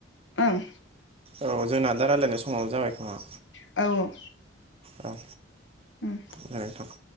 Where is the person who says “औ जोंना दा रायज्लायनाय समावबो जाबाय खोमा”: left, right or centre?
Right